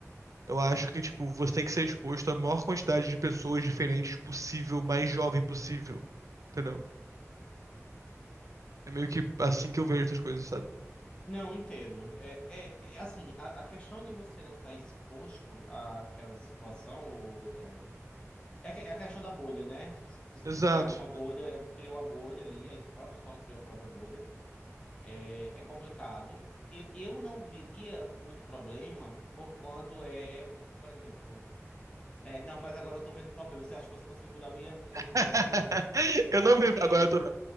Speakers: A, on the right; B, on the left.
A: Eu acho que, tipo, você tem que ser exposto à maior quantidade de pessoas diferentes possível, mais jovem possível. Entendeu? É meio que assim que eu vejo essas coisas, sabe?
B: Não, entendo. É, é, é assim, a, a questão de você não estar exposto àquela situação, ou, é, é a que- é a questão da bolha, né? Se você, se você
A: Exato.
B: qui- é uma bolha, é, criou a bolha ali, a es- própria escola criou a própria bolha. É, é complicado. Eu, eu não veria muito problema por quando é, por exemplo. É, não, mas agora eu tô vendo problemas. Você acha que você conseguiu mudar minha, minha
A: <laughs>
B: visão, viu?
A: Eu
B: Sabe
A: não
B: por
A: vejo.
B: quê?
A: Agora eu tô.